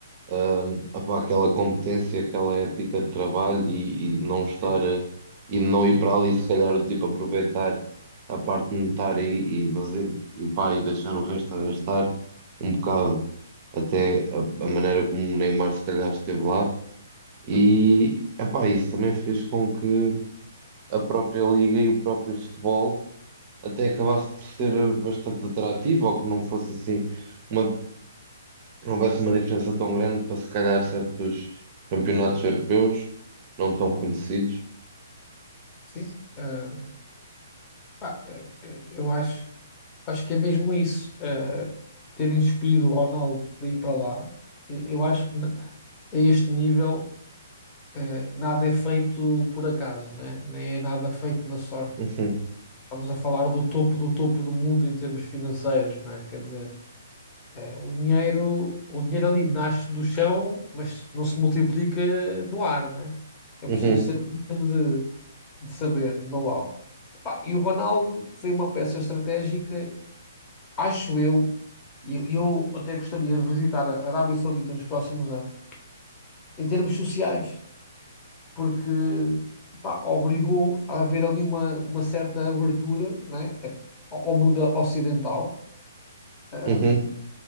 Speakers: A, on the right; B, on the left.
A: hum, opá, aquela competência, aquela ética de trabalho e, e não estar
B: Sim.
A: a- e não ir para ali se calhar do tipo aproveitar a parte monetária e, e fazer e pá, e deixar o resto a gastar um bocado até a, a maneira como o Neymar se calhar esteve lá e epá, isso também fez com que a própria liga e o próprio futebol até acabasse por ser bastante atrativo ou que não fosse assim uma não houvesse uma diferença tão grande para se calhar certos campeonatos europeus não tão conhecidos.
B: Sim. eh, Pá, é- é- eu acho, acho que é mesmo isso. eh, terem escolhido o Ronaldo para ir para lá, E- eu acho que n- a este nível, eh, nada é feito por acaso, né? Nem é nada feito na sorte.
A: Uhum,
B: Estamos a falar do topo do topo do mundo em termos financeiros, né? Quer dizer, eh, o dinheiro, o dinheiro ali nasce do chão, mas não se multiplica no ar, né? É
A: uhum,
B: preciso ser um mínimo de, de saber, know-how. Pá, E o Ronaldo foi uma peça estratégica acho eu, e eu até gostaria de visitar a Arábia Saudita nos próximos anos, em termos sociais, porque pá, obrigou a haver ali uma, uma certa abertura, né, a- ao ao mundo ocidental, ahm,
A: uhum.